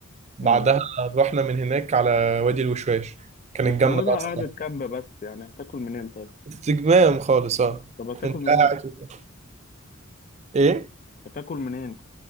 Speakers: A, on the right; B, on the left.
A: بعدها
B: امم
A: رحنا من هناك على وادي الوشواش كانت
B: بس
A: جامدة
B: نويبع
A: بقى الصراحة
B: قعدت كامبة بس يعني هتاكل منين طيب
A: استجمام خالص اه
B: طب هتاكل
A: انت
B: منين
A: قاعد وبتاع. ايه
B: هتاكل منين